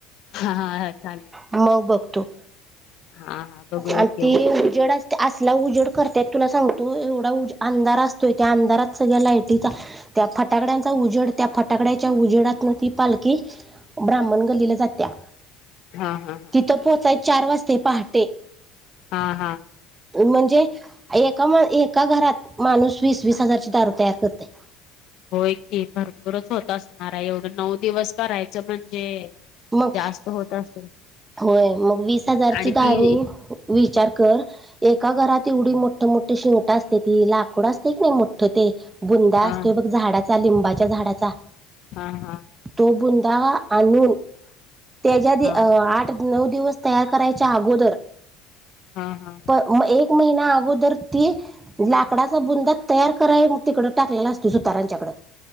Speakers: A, on the left; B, on the right.
A: हा हा ह चालेल.
B: मग बघतो
A: हा हा बघूया
B: आणि
A: की
B: ती उजड अस. असला उजेड करतायेत तुला सांगतो एवढा उज अंधार असतोय. त्या अंधारात सगळ्या लायटीचा त्या फटाकड्यांचा उजेड त्या फटाकड्याच्या उजेडात ना ती पालखी ब्राह्मण गल्लीला जात्या.
A: हा हा. हा
B: तिथं पोहोचाय चार वाजते पहटे.
A: हा हा.
B: म्हणजे एका मा एका घरात माणूस वीस वीस हजारची दारू तयार करतय.
A: होय की भरपूरच होत असणार आहे. एवढं नऊ दिवस, करायचं म्हणजे
B: मग
A: जास्त होत असेल.
B: होय मग वीस हजारची
A: आणि
B: दार.
A: ती
B: विचार कर एका घरात एवढी मोठ मोठठीे शिंगट असते. ती लाकूड असते की नाही मोठ. ठ ते बुंदा
A: हा
B: असतोय बघ झाडाचा लिंबाच्या झाडाचा,
A: हा हा
B: तो बुंदा आणून त्याच्या
A: हा
B: आठ, नऊ दिवस तयार करायच्या अगोदर
A: हां हां.
B: पण मग एक महिना अगोदर ती, लाकडाचा बुंदा तयार कराग तिकडं टाकलेला असतो. सुतारांच्याकडं